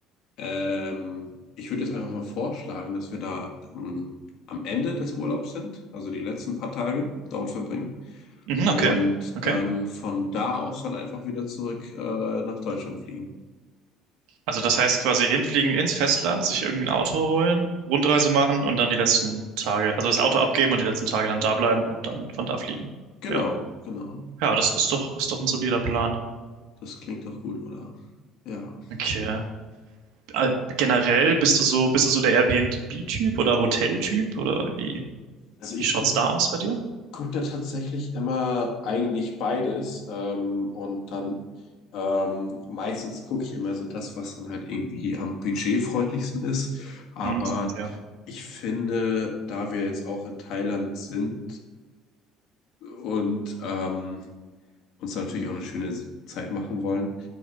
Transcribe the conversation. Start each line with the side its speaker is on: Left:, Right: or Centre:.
Left: ähm, ich würde jetzt einfach mal vorschlagen, dass wir da ähm, am Ende des Urlaubs sind, also die letzten paar Tage dort verbringen
Right: Mhm,
Left: und
Right: okay. Okay.
Left: dann von da aus dann einfach wieder zurück äh, nach Deutschland fliegen.
Right: Also das heißt quasi hinfliegen ins Festland, sich irgendein Auto holen, Rundreise machen und dann die letzten Tage, also das Auto abgeben und die letzten Tage dann da bleiben und dann von da fliegen.
Left: Genau,
Right: Ja.
Left: genau.
Right: Ja, das ist doch, ist doch ein solider Plan.
Left: Das klingt doch gut, oder? Ja.
Right: Okay. Äh, Generell bist du so, bist du so der Airbnb-Typ oder Hotel-Typ oder wie,
Left: Also ich
Right: wie schaut's
Left: gucke
Right: da aus bei dir?
Left: guckt er tatsächlich immer eigentlich beides ähm, und dann ähm, meistens gucke ich immer so das, was dann halt irgendwie am budgetfreundlichsten ist. Aber
Right: Hm, ja.
Left: ich finde, da wir jetzt auch in Thailand sind und ähm, uns da natürlich auch eine schöne Zeit machen wollen,